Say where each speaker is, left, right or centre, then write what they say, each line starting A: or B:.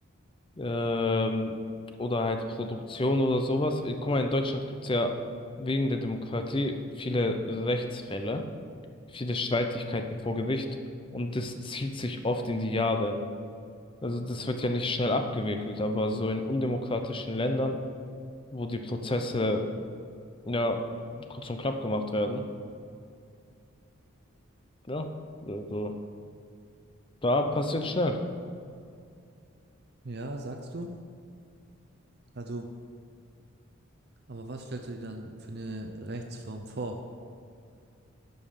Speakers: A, on the left; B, on the right.
A: ähm, oder halt Produktion oder sowas. Äh, Guck mal, in Deutschland gibt's ja wegen der Demokratie viele Rechtsfälle, viele Streitigkeiten vor Gericht und das zieht sich oft in die Jahre. Also das wird ja nicht schnell abgewickelt, aber so in undemokratischen Ländern, wo die Prozesse ja kurz und knapp gemacht werden, ja. Also, Da passiert schnell.
B: Ja, sagst du? Also, aber was stellst du dir dann für eine Rechtsform vor?